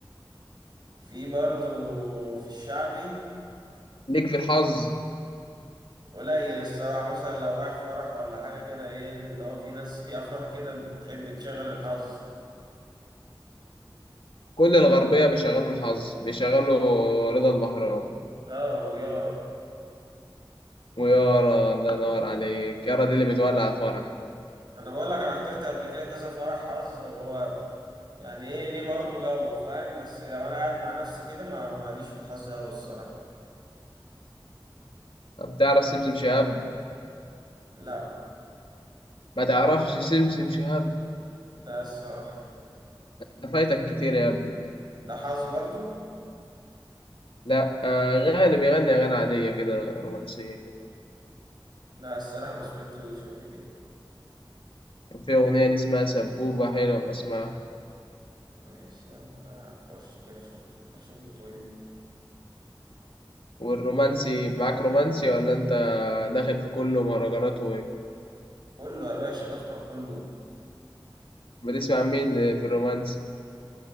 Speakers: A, on the right; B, on the left.
A: في برضو في الشعبي
B: ليك في الحظ
A: قليل الصراحة مثلا لو رايح فرح ولا حاجة كده ايه اللي هو في ناس في افراح كده بتحب تشغل الحظ
B: كل الغربية بيشغلوا الحظ بيشغلوا رضا البحراوي
A: اه ويارا
B: ويارا الله ينور عليك يارا دي اللي بتولع الفرح
A: انا بقول لك انا حضرت قبل كده كذا فرح حظ هو يعني ايه ليه برضو جو فاهم بس لو انا قاعد مع نفسي كده ما ماليش في الحظ اوي الصراحة
B: طب تعرف سمسم شهاب
A: لا
B: ما تعرفش سمسم شهاب
A: ده الصراحة
B: ده فايتك كتير يا ابني
A: ده حظ برضو
B: لا آه غاني بيغني أغاني عادية كده رومانسية كده
A: لا الصراحة ما سمعتوش قبل كده
B: كان في أغنية دي اسمها سبوبة حلوة بسمعها
A: ماشي أخش كده أشوف أشوف بتقول إيه
B: والرومانسي معاك رومانسي ولا أنت داخل في كله مهرجانات
A: كله يا باشا بسمع كله
B: وبتسمع مين في الرومانسي